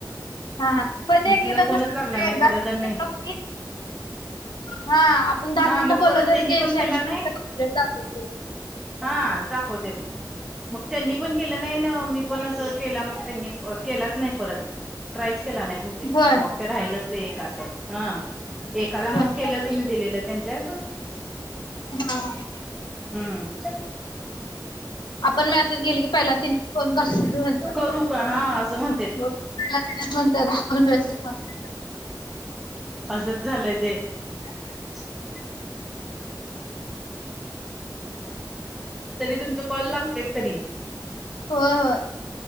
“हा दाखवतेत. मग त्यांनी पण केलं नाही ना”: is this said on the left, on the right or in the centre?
Centre